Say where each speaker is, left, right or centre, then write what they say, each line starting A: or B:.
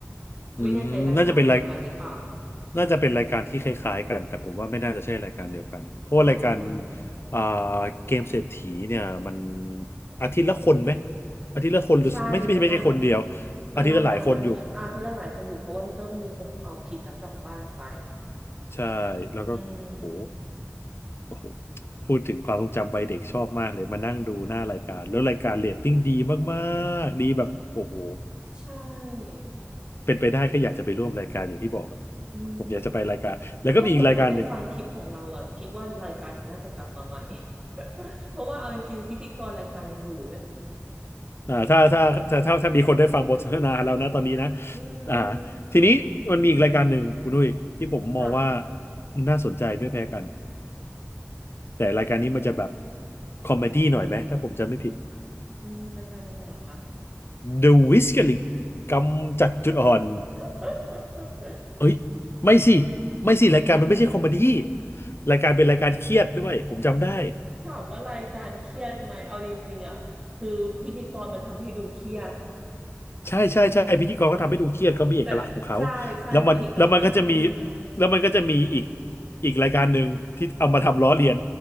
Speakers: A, on the left; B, on the right.
A: อืมน่าจะเป็นราย
B: ไม่แน่ใจรายการเดียวกันหรือเปล่า
A: น่าจะเป็นรายการที่คล้ายๆกันแต่ผมว่าไม่น่าจะใช่รายการเดียวกันเพราะว่ารายการ
B: อ่า
A: อ่าเกมเศรษฐีเนี่ยมันอาทิตย์ละคนไหมอาทิตย์ละคนหรือไม่ใช่ไม่ใช่ไม่ใช่คนเดียว
B: ใช่มานั่งมานั่งมานั่งอย่างเงี้ยอ่าที่ละหลายคนอยู่เพราะว่ามันต้องมีคนตอบผิดแล้วกลับบ้านไป
A: อาทิตย์ละหลายคนอยู่ ใช่แล้วก็โห
B: อืม
A: โอ้โหพูดถึงความทรงจำวัยเด็กชอบมากเลยมานั่งดูหน้ารายการแล้วรายการเรตติ้งดีมากๆดีแบบโอ้โห
B: ใช่
A: เป็นไปได้ก็อยากจะไปร่วมรายการอย่างที่บอกอะ
B: อืม
A: ผมอยากจะไปรายการแล้วก็มีอีกรายการหนึ่ง
B: ไม่ถ้าเผื่อเขาได้ฟังคลิปของเราอ่ะคิดว่ารายการนี้น่าจะกลับมาใหม่ <laughs> เพราะว่าเอาจริงๆพิธีกรรายการยังอยู่เลย
A: อ่าถ้าถ้าถ้าถ้าถ้ามีคนได้ฟังบทสนทนาแล้วนะตอนนี้นะ
B: อืม
A: อ่าทีนี้มันมีอีกรายการหนึ่งคุณนุ้ยที่ผมมองว่า
B: ค่ะ
A: น่าสนใจไม่แพ้กันแต่รายการนี้มันจะแบบคอมเมดี้หน่อยไหมถ้าผมจำไม่ผิด
B: อืมรายการอะไรเหรอคะ
A: The Whisker League กำจัดจุดอ่อน
B: <laughs>
A: เอ้ยไม่สิไม่สิรายการมันไม่ใช่คอมเมดี้รายการเป็นรายการเครียดด้วยผมจำได้
B: ถามว่ารายการเครียดไหมเอาจริงๆอ่ะคือพิธีกรมันทำให้ดูเครียด
A: ใช่ใช่ใช่พิธีกรก็ทำให้ดูเครียดเขามีเอกลักษณ์ของเขา
B: แต่ใช่ใช่เขามีเอกลักษณ์อืม
A: แล้วมันแล้วมันก็จะมีแล้วมันก็จะมีอีกอีกรายการหนึ่งที่เอามาทำล้อเลียน